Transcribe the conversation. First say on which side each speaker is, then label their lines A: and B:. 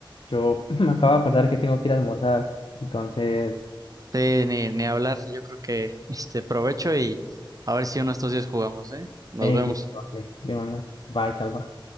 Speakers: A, on the left; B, on the right.
A: Yo <clears throat> me acabo de acordar que tengo que ir a almorzar, entonces,
B: Sí, ni, ni hablar. Yo creo que este provecho y a ver si uno de estos días jugamos, ¿eh? Nos
A: eh,
B: vemos.
A: listo, vale, de una, bye, Calva.